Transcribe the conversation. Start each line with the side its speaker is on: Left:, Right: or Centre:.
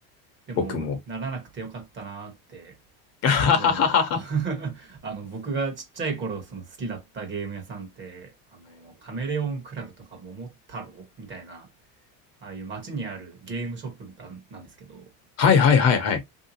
Right: でも、
Left: 僕も。
Right: ならなくてよかったなーって
Left: <laughs>
Right: 思うのは <laughs> あの、僕がちっちゃい頃、その好きだったゲーム屋さんって、あの、カメレオンクラブとか桃太郎みたいな、ああいう街にあるゲームショップなんなんですけど、
Left: ははいはいはいはいはい。